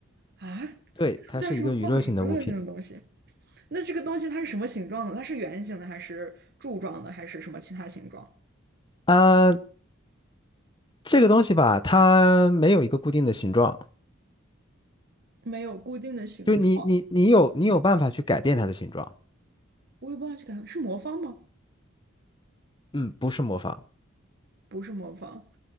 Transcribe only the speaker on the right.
啊，
书架上放娱乐性的东西。
那这个东西它是什么形状的？它是圆形的，还是柱状的，还是什么其他形状？
没有固定的形状，
我也不知道这个是魔方吗？
不是魔方。